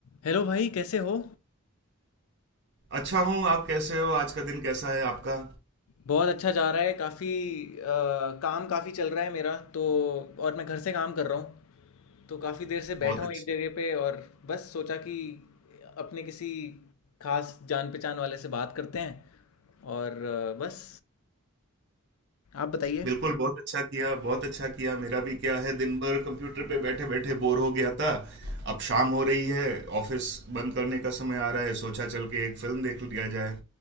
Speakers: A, on the left; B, on the right.
A: हेलो भाई कैसे हो
B: अच्छा हूँ आप कैसे हो आज का दिन कैसा है आपका
A: बहुत अच्छा जा रहा है काफ़ी काम काफ़ी चल रहा है मेरा तो और मैं घर से काम कर रहा हूँ तो काफ़ी देर से बैठा
B: बहुत
A: हूँ
B: अच्छा
A: एक जगह पे और बस सोचा कि अपने किसी खास जान पहचान वाले से बात करते हैं और अ, बस आप बताइए
B: बिल्कुल बहुत अच्छा किया बहुत अच्छा किया मेरा भी क्या है दिन भर कंप्यूटर पे बैठे बैठे बोर हो गया था अब शाम हो रही है ऑफिस बंद करने का समय आ रहा है सोचा चल के एक फिल्म देख लिया जाए